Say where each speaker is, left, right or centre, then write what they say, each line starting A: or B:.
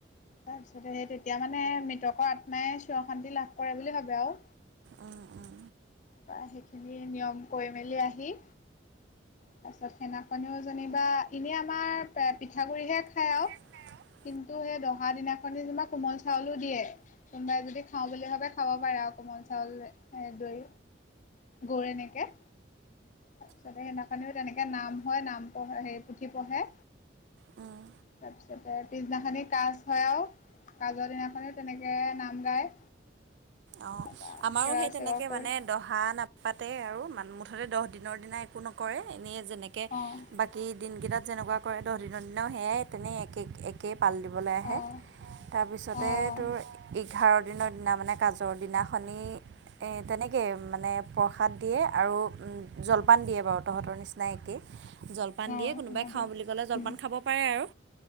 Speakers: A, on the left; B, on the right.
A: তাৰপিছতে সেই তেতিয়া মানে মৃতকৰ আত্মাই চিৰশান্তি লাভ কৰে বুলি ভাবে আঔ।
B: উম্ উম্।
A: তা' সেইখিনি নিয়ম কৰি-মেলি আহি তাছত সেদিনাখনো যেনিবা এনেই আমাৰ পিঠাগুড়ি হে খায় আঔ
B: <unintelligible>
A: কিন্তু সেই দহা দিনাখনি তোমাক কোমল চাউলো দিয়ে। কোনোবাই যদি খাওঁ বুলি ভাবে খাব পাৰা কোমল চাউল, এ দৈ। গৰ এনেকে তাৰপিছতে সেইদিনাখনিও তেনেকে নাম হয় নাম পঢ়ে হে পুথি পঢ়ে
B: উম
A: তাৰপিছতে পিছদিনাখনে কাচ সেইয়াও কাজৰ দিনাখনেও তেনেকে নাম গায়।
B: অ
A: তাৰপা
B: আমাৰো
A: সেৱা
B: সেই তেনেকে
A: চেৱা কৰি
B: মানে। দহা নাপাতে আৰু মুঠতে দহ দিনৰ দিনা একো নকৰে এনেই যেনেকে
A: অ',
B: বাক, কি দিনকেইটাত যেনেকুৱা কৰে দহ দিনৰ দিনা সেয়াই তেনেই এক এক একেই পাল দিবলৈ আহে
A: অ',
B: তাৰপিছতে
A: অ',
B: তোৰ এঘাৰ দিনৰ দিনা মানে কাজ ৰ দিনাখনি এ তেনেকেই মানে প্ৰসাদ দিয়ে আৰু জলপান দিয়ে বাৰু তহঁতৰ নিচিনা। নাই একেই জলপান
A: অ',
B: দিয়ে কোনোবাই
A: আমাৰো
B: খাওঁ বুলি ক'লে জলপান
A: উম,
B: খাব পাৰে আৰু